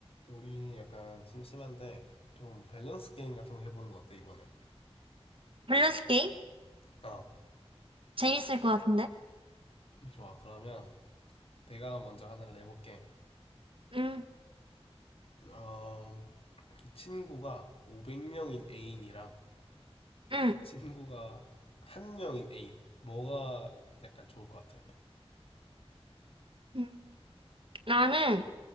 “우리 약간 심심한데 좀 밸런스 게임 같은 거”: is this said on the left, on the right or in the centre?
Left